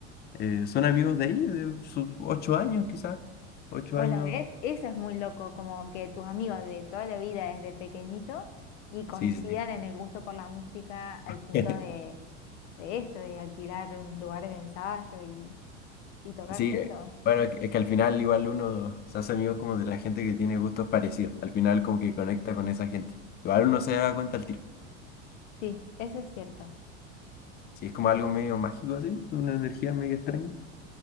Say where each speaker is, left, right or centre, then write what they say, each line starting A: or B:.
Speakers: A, on the left; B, on the left.
A: eh, son amigos de ahí, de sus ocho años quizás, ocho
B: Bueno,
A: años.
B: ¿ves? Eso es muy loco, como que tus amigos de toda la vida desde pequeñito y coincidan
A: Sí, sí, sí.
B: en el gusto por la música al
A: <laughs>
B: punto de de esto, de alquilar lugares de ensayo y, y tocar
A: Sí,
B: juntos.
A: eh, bueno, es que es que al final igual uno se hace amigo como de la gente que tiene gustos parecidos. Al final como que conecta con esa gente. Igual uno se da cuenta al tiro.
B: Sí, eso es cierto.
A: Sí, es como algo medio mágico así, una energía medio extraña.